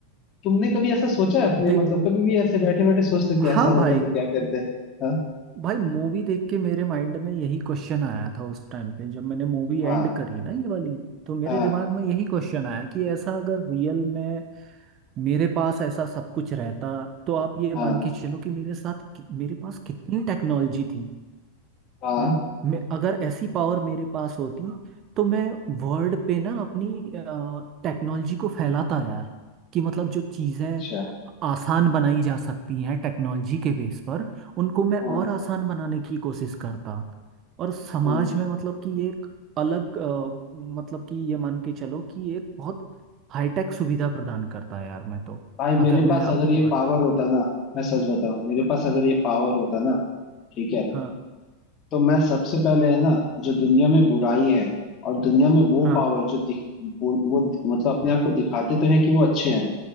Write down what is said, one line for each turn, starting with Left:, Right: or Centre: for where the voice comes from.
Left: तुमने कभी ऐसा सोचा है अपने
Right: देख
Left: मतलब कभी भी ऐसे बैठे बैठे सोचते कि
Right: हाँ
Left: ऐसा
Right: भाई
Left: होता तो क्या करते हाँ
Right: भाई मूवी देख के मेरे माइंड में यही क्वेश्चन आया था उस टाइम पे जब मैंने मूवी एंड
Left: हाँ
Right: करी ना ये वाली तो मेरे
Left: हाँ
Right: दिमाग में यही क्वेश्चन आया कि ऐसा अगर रियल में मेरे पास ऐसा सब कुछ रहता तो आप ये मान
Left: हाँ
Right: के चलो कि मेरे साथ कि- मेरे पास कितनी टेक्नोलॉजी थी
Left: हाँ
Right: है मैं अगर ऐसी पावर मेरे पास होती तो मैं वर्ल्ड पे ना अपनी टेक्नोलॉजी को फैलाता यार कि मतलब जो चीज़ें
Left: अच्छा
Right: आसान बनाई जा सकती हैं टेक्नोलॉजी के बेस पर उनको मैं
Left: हाँ
Right: और आसान बनाने की कोशिश करता और समाज
Left: हम्म।
Right: में मतलब कि एक अलग अ, मतलब कि ये मान के चलो कि एक बहुत हाईटेक सुविधा प्रदान करता यार मैं तो
Left: भाई
Right: अगर
Left: मेरे पास
Right: मैं अपनी
Left: अगर ये
Right: बात
Left: पावर
Right: करूँ
Left: होता ना मैं सच बताऊं मेरे
Right: हाँ
Left: पास अगर ये पावर होता ना ठीक है
Right: हाँ
Left: तो मैं सबसे पहले है ना जो दुनिया में बुराई है और दुनिया में वो
Right: हाँ,
Left: पावर जो दिख वो, वो मतलब अपने आप को दिखाते तो हैं कि वो अच्छे हैं